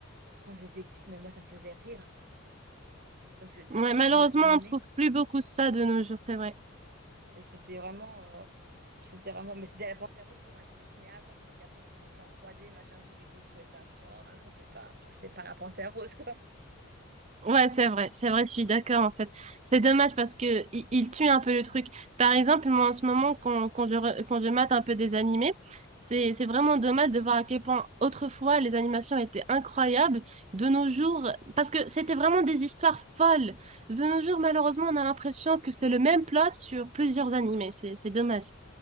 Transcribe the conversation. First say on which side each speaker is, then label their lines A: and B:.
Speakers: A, on the right; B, on the right.
A: quand j'étais petite, mais moi, ça me faisait rire. hein. Ça me faisait tellement
B: Ouais,
A: rire,
B: malheureusement,
A: ces dessins animés.
B: on trouve plus beaucoup ça de nos jours, c'est vrai.
A: Et c'était vraiment. euh, C'était vraiment, mais c'était la Panthère Rose comme elle était dessinée avant, parce qu'après ils ont fait en 3D, machin truc, et j'ai trouvé ça. Je suis, oh non, c'est pas, c'est pas la Panthère Rose, quoi.
B: Ouais, c'est vrai, c'est vrai, je suis d'accord en fait. C'est dommage parce que i- il, tue un peu le truc. Par exemple, moi en ce moment, quand, quand je, re- quand je mate un peu des animés, c'est, c'est vraiment dommage de voir à quel point autrefois les animations étaient incroyables. De nos jours, parce que c'était vraiment des histoires folles. De nos jours, malheureusement, on a l'impression que c'est le même plot sur plusieurs animés. C'est, c'est dommage.